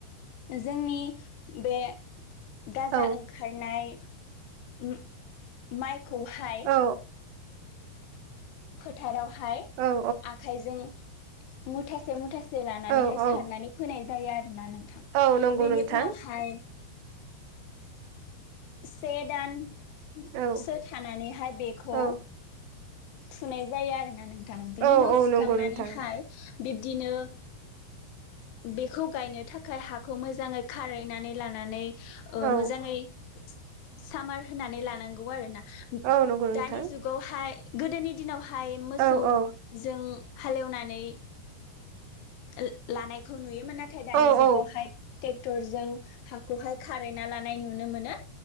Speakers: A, on the left; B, on the right.
A: जोंनि बे गाजा
B: औ
A: ओं खायनाय‌ ओम माइ खौहाय
B: औ
A: फोथाराव हाय
B: औ
A: आखाइजों मुथासे मुथासे जे लानानैहाय
B: औ औ
A: सारनानै फोनायज <unintelligible> आरोना नों थां
B: औ नंगौ
A: बेनि
B: नोंथां
A: उनावहाय से दान
B: औ
A: सो थानानैहाय बेखौ
B: औ
A: थुनाय जायो आरोना नों थां बिनि
B: औ
A: उनाव
B: औ
A: फुखांनानैहाय
B: नंगौ नोंथां
A: बिब्दिनो बेखौ गायनो थाखाय हाखौ मोजाङै खारायनानै लानानै ओ
B: औ
A: मोजाङै सामार होनानै लानांगौ आरोना
B: औ नंगौ नोंथां
A: दानि जुगावहाय गोदोनि दिनाव हाय मोसौ
B: औ औ
A: जों हालेवनानै ला लानायखौ नुयो मोन नाथाय दानि
B: औ
A: जुगावहाय
B: औ
A: टेक्टर जों हाखौहाय खारैना लानाय नुनो मोनो।